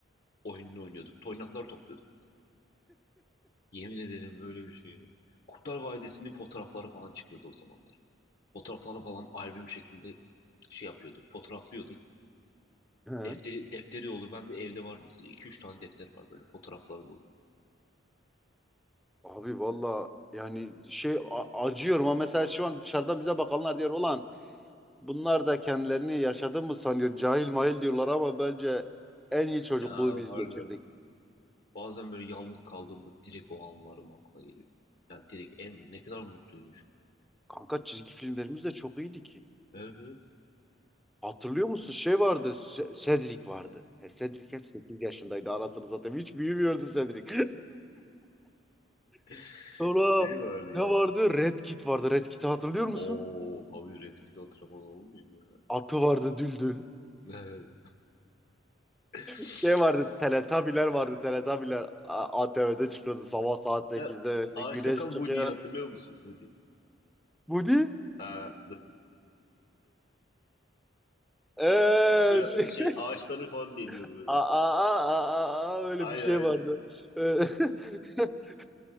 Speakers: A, on the left; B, in the centre.
A: oyununu oynuyorduk. toynakları topluyorduk biz. Yemin ederim böyle bir şey yok. Kurtlar Vadisi'nin fotoğrafları falan çıkıyordu o zamanlar. Fotoğraflarını falan albüm şeklinde şey yapıyorduk, fotoğraflıyorduk.
B: He.
A: Defteri, defteri dolu. Ben de evde var mesela. iki üç tane defter var böyle fotoğrafları dolu.
B: Abi valla yani şey a- acıyorum ama mesela şu an dışarıdan bize bakanlar diyor olan Bunlar da kendilerini yaşadı mı sanıyor? Cahil mahil diyorlar ama bence en iyi çocukluğu
A: Ya
B: biz
A: var
B: geçirdik.
A: ya. Bazen böyle yalnız kaldığımda direkt o anlarım aklıma geliyor. Yani direkt em ne kadar mutluymuşum ya.
B: Kanka çizgi filmlerimiz de çok iyiydi ki.
A: Evet evet.
B: Hatırlıyor musun? Şey vardı. Se- Cedric vardı. He, Cedric hep 8 yaşındaydı. Anasını zaten hiç büyümüyordu Cedric.
A: <laughs>
B: <laughs> Sonra
A: Şey vardı ya.
B: ne vardı? Red Kit vardı. Red Kit'i hatırlıyor musun?
A: Oo tabii Red Kit'i hatırlamadan olmuyor ya.
B: Atı vardı Düldül.
A: Evet. <laughs>
B: Şey vardı. Teletabiler vardı. Teletabiler A- ATV'de çıkıyordu sabah saat sekizde
A: Sen
B: öyle.
A: Ağaç
B: Güneş
A: Kakan Woody'yi
B: çıkıyor.
A: hatırlıyor musun? Woody.
B: Budi?
A: Ha.
B: Eee
A: Böyle e,
B: şey...
A: şey ağaçları falan deliyordu
B: Aa,
A: böyle.
B: aa, aa, aa, öyle
A: Aynen
B: bir şey
A: aynen.
B: vardı. Ee, <laughs>